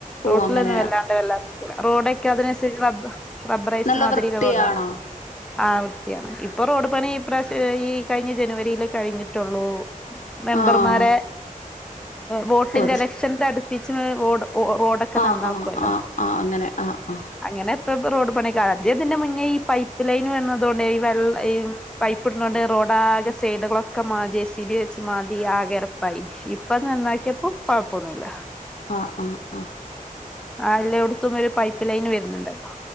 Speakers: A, on the left; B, in the centre.
A: ഓ
B: റോട്ടിലൊന്നും
A: അങ്ങനെ
B: വെല്ലാണ്ട് വല്ലാ റോഡൊക്കെ അതിനുരി റബബ റബ്ബറൈസ്
A: നല്ല
B: മാതിരി
A: വൃത്തിയാണോ
B: റോഡാണ് ആ വൃത്തിയാണ് ഇപ്പൊ റോഡ് പണി ഇപ്രശ ഈ കഴിഞ്ഞ ജനുവരിൽ കഴിഞ്ഞിട്ടുള്ളൂ മെമ്പർമാരെ
A: ആഹ്
B: വോട്ടിന്റെ
A: ഓ അത്
B: എലക്ഷൻന്റെ
A: ശരി
B: അടുപ്പിച്ച് വഓടും ഓ റോഡൊക്കെ
A: ആഹ്
B: നന്നാക്കുവല്ലോ
A: ആഹ് ആഹ് ആഹ് അങ്ങനെ ആഹ് ആഹ്
B: അങ്ങനെ ോഡ പണിക്കറതിതിന്റെ മുന്നേ ഈ പൈപ്പ് ലൈന് വരുന്നത കൊണ്ട് ഈ വ ഈ പൈപ്പ് ഇടുന്നൊണ്ട് റോഡ ആകെ സൈഡുകളൊക്കെ മാ ജെ സി ബി വെച്ച് മതി ആകരപ്പൈ ഇപ്പൊന്ന് നന്നാക്കിയപ്പം കുഴപ്പൊന്നുമില്ല
A: ആഹ് ആഹ് ആഹ
B: ആ എല്ലോട്ത്തും ഒരു പൈപ്പ് ലൈന് വര്ന്ണ്ടല്ലോ